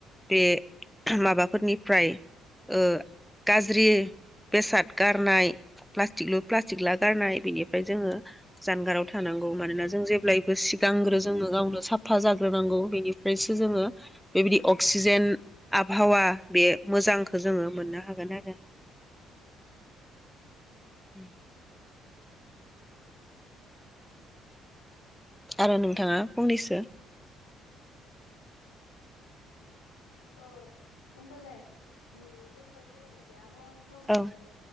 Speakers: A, in the centre; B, on the left (about 80°).
A: बे माबाफोरनिफ्राय ओ गाज्रि बेसाद गारनाय प्लास्टिकलु प्लास्टिक ला गारनाय बेनिफ्राय जोङो जानगाराव थानांगौ मानोना जों जेब्लायबो सिगांग्रो जोङो गावनो साफा जाग्रोनांगौ बेनिफ्रायसो जोङो बेबायदि अक्सिजेन आबहावा बे मोजांखौ जोङो मोननो हागोन आरो। उम आरो नोंथाङा फंनैसो
B: औ होमबालाय उम जोङो दिनैनि बे आव आबहावानि सावरायनायखौ
A: औ